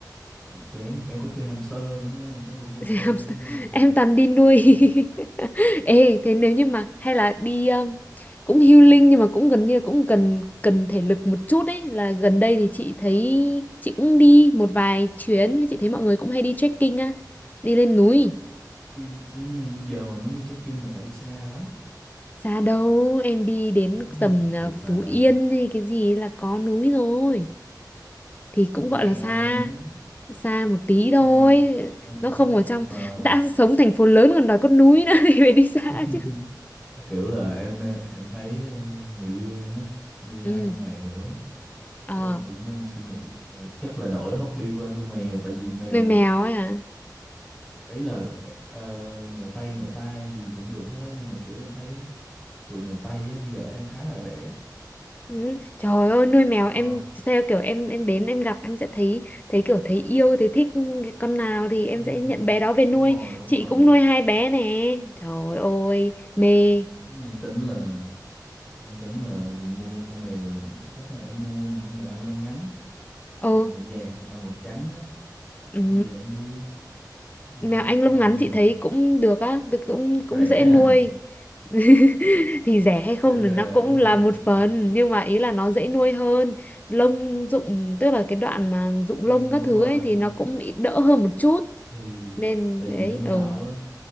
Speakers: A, in the centre; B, on the left.
A: bị chán. Em có chơi hamster nữa nha, có nuôi hamster
B: Thì <laughs> hamster
A: nữa nha, nhưng mà
B: em toàn đi nuôi
A: ừ,
B: <laughs> ê thế nếu như mà hay là đi um, cũng healing nhưng mà cũng gần như cũng cần cần thể lực một chút ấy là gần đây thì chị thấy chị cũng đi một vài chuyến chị thấy mọi người cũng hay đi trekking á đi lên núi
A: yên, ừ, giờ mà muốn đi check-in là phải đi xa lắm.
B: xa đâu em đi đến
A: Ừ,
B: tầm ờ,
A: thiệt
B: Phú
A: mà
B: Yên hay cái gì là có núi rồi thì cũng
A: vì
B: gọi
A: sao
B: là xa
A: em
B: xa một tí thôi
A: sao em sao
B: nó
A: em
B: không ở trong
A: nhưng mà
B: đã sống thành phố lớn còn đòi có núi nữa <laughs> thì phải đi xa
A: <laughs>
B: chứ
A: kiểu là em đang em thấy ờ, người yêu em á nuôi hai
B: ừ
A: con mèo á
B: ờ
A: cái em cũng đang suy nghĩ ờ, chắc là đổi hobby qua nuôi mèo tại vì mèo
B: nuôi mèo ấy à
A: ấy là ờ, mèo Tây mèo ta gì cũng được hết đó nhưng mà kiểu em thấy tụi mèo Tây á bây giờ đang khá là rẻ
B: ừ. trời ơi nuôi mèo em
A: ờ
B: theo kiểu em em đến em gặp em sẽ thấy thấy kiểu thấy yêu thấy thích con nào thì em
A: ừm,
B: sẽ nhận bé đó về nuôi
A: đúng rồi đúng
B: chị
A: rồi
B: cũng nuôi hai bé nè trời ơi mê
A: em tính là em tính là mua con mèo chắc là em mua một con mèo Anh lông ngắn
B: ồ
A: mà màu vàng hoặc là màu trắng á
B: ừ
A: em về em nuôi mua
B: mèo
A: một
B: anh
A: con
B: lông ngắn
A: ờ,
B: chị thấy cũng được á được cũng cũng
A: rẻ
B: dễ
A: à
B: nuôi <laughs> thì rẻ hay không
A: rẻ rè
B: thì nó cũng
A: đúng không
B: là một
A: ừ.
B: phần nhưng mà ý là nó dễ nuôi hơn lông rụng tức là cái đoạn mà rụng
A: ừ
B: lông các
A: đúng
B: thứ
A: rồi
B: ấy thì nó cũng bị đỡ hơn một chút
A: thì
B: nên
A: tại
B: đấy
A: vì em nghe
B: ừ
A: bảo á